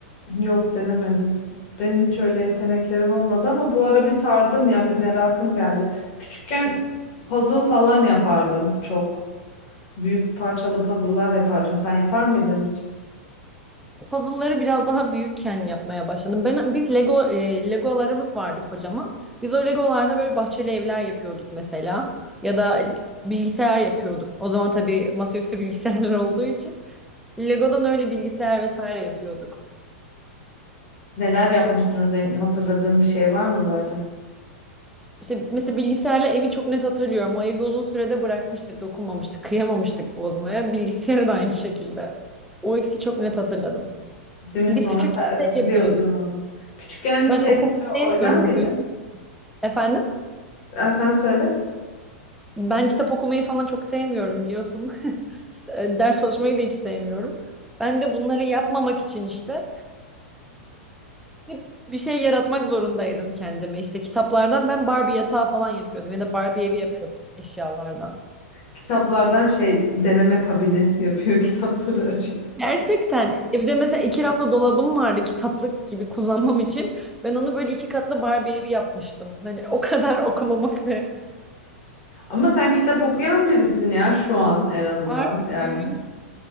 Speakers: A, on the left; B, in the centre.
A: Yok denemedim. Benim hiç öyle yeteneklerim olmadı ama bu ara bir sardım ya bir merakım geldi. Küçükken puzzle falan yapardım çok. Büyük parçalı puzzle'lar yapardım. Sen yapar mıydın hiç?
B: Puzzle'ları biraz daha büyükken yapmaya başladım. Ben biz Lego e, Legolarımız vardı kocaman. Biz o Legolarda böyle bahçeli evler yapıyorduk mesela ya da bilgisayar yapıyorduk. O zaman tabii masaüstü bilgisayarlar <laughs> olduğu için Lego'dan öyle bilgisayar vesaire yapıyorduk.
A: Neler yapmıştınız? En- Hatırladığın bir şey var mı böyle?
B: İşte mesela bilgisayarla evi çok net hatırlıyorum. O evi uzun sürede bırakmıştık, dokunmamıştık, kıyamamıştık bozmaya. Bilgisayarı da aynı şekilde. O ikisi çok net hatırladım.
A: Değil mi?
B: Biz
A: Sonra
B: küçük
A: sergiliyordun
B: şey yapıyorduk.
A: onu. Küçükken
B: Ben
A: şeylerle
B: okumak sevmiyorum
A: oynar mıydın?
B: biliyorsun. Efendim?
A: Ha, sen söyle.
B: Ben kitap okumayı falan çok sevmiyorum biliyorsun. <laughs> Ders çalışmayı da hiç sevmiyorum. Ben de bunları yapmamak için işte hep bir şey yaratmak zorundaydım kendime. İşte kitaplardan ben Barbie yatağı falan yapıyordum ya da Barbie evi yapıyordum eşyalardan.
A: Kitaplardan şey deneme kabini yapıyor <laughs> kitapları açıp.
B: Gerçekten evde mesela iki raflı dolabım vardı kitaplık gibi kullanmam için. Ben onu böyle iki katlı Barbie evi yapmıştım. Hani o kadar okumamak ve
A: Ama sen kitap okuyan birisin ya şu an en azından
B: <laughs> artık
A: yani.
B: büyüyünce.